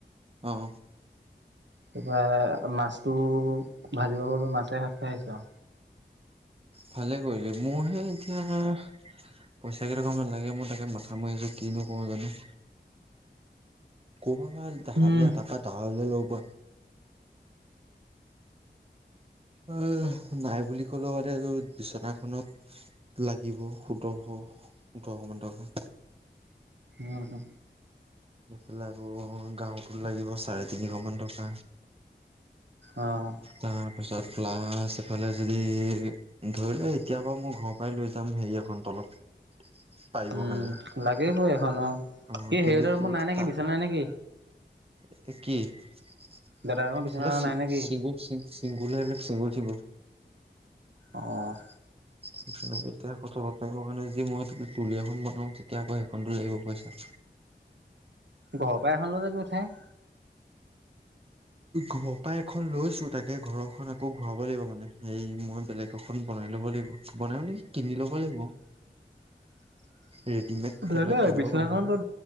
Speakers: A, on the right; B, on the right.
A: অ',
B: তাৰপৰা মাছটো ভাজিব কলো মাছে ভাত খাই আহিছো।
A: ভালে কৰিলো মোৰহে এতিয়া পইচা কেইটকামান লাগে মই তাকে মাথা মাৰি আছো কিনো কৰো, জানো ক'বালে
B: উম,
A: তাৰপা দাললে ল'ব অ' নাই বুলি ক'লেও তাতে আৰু বিচনাখনত লাগিব সুটোৰশ। সোটোৰশ মান টকা।
B: উ-উ,
A: ওলাব গাঁওতো লাগিব চাগে। তিনিশ মান টকা
B: অ',
A: তাৰ পিছত প্লাছ এফালে যে হে ধৰি লোৱা এতিয়া বাৰু মই ঘৰৰ পৰাই লৈ যাম হেৰি এখন তলত পাৰিব
B: উম,
A: কাৰণে,
B: লাগিবই এখন অ',
A: অ'
B: হেৰিহঁতৰ
A: কিন্তু
B: ৰুমত
A: কি
B: নাই নেকি
A: তা
B: বিচনা নাই নেকি
A: এতিয়া কি এইবিলাক
B: দাদাৰ ৰুমৰ বিচনা নাই
A: চি
B: নেকি
A: চি চিবু গোটেই এইবোৰ চিংগুল-চিংগুল
B: অহ,
A: <inaudible> এতিয়া আকৌ কথা কাৰণে যে মই তুলি এখন বনাওঁ তেতিয়া আকৌ সেইখনতো লাগিব পইচা।
B: ঘৰৰ পৰা এখন লৈ যাবি উঠাই।
A: ঘৰৰ পৰা এখন লৈছো তাকে ঘৰখনত আকৌ ঘূৰাব লাগিব মানে হেই মই বেলেগ এখন পো বনাই ল'ব লাগিব বনাই মানে কিনি ল'ব লাগিব।
B: <unintelligible>
A: ৰেডিমেড
B: সেইবিলাকে
A: সেইবিলাক
B: আৰু
A: কিনিব
B: বিছনাখনতো
A: পাৰে নহয়